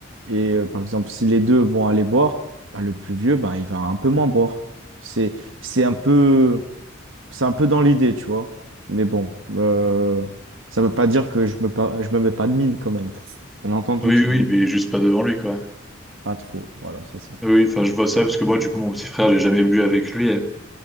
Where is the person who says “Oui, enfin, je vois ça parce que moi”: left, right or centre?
Centre